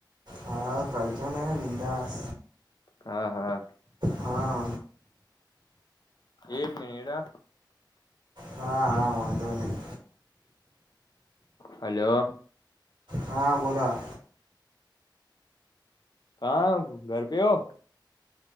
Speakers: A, on the right (about 65°); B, on the left (about 60°).
A: હા કરજો ને વિંદાસ.
B: હા હા
A: હા
B: એ- મેડ અહ
A: હા હા વાંધો નહી.
B: હલો.
A: હા બોલા.
B: કા ઘર પે હો?